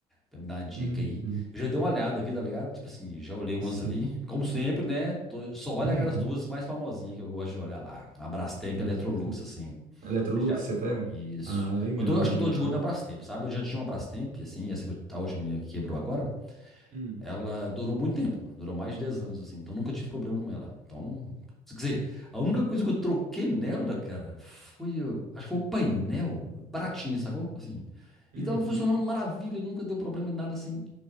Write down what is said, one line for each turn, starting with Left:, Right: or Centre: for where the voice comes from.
Centre: Pra me dar uma dica
Right: Uhum,
Centre: aí. Eu já dei uma olhada aqui, tá ligado? Tipo assim, já olhei umas
Right: sim.
Centre: ali. Como sempre, né? Tô- só olha
Right: Uhum.
Centre: aquelas duas mais famosinhas que eu gosto de olhar lá. A Brastemp
Right: Um
Centre: e a Electrolux,
Right: 1,70.
Centre: assim.
Right: Electrolux,
Centre: Você já...
Right: você pega?
Centre: Isso.
Right: Ah, legal,
Centre: Eu tô- acho que
Right: legal.
Centre: eu tô de olho na Brastemp, sabe? Eu já tinha uma Brastemp, assim, essa que eu- a última minha que quebrou agora.
Right: Hum.
Centre: Ela durou muito tempo, durou mais de 10 anos, assim, então nunca tive problema com ela. Então, quer dizer, a única coisa que eu troquei nela, cara, foi, o- acho que foi o painel, baratinho, sacou? Assim, e
Right: Uhum.
Centre: tava funcionando maravilha, nunca deu problema de nada assim.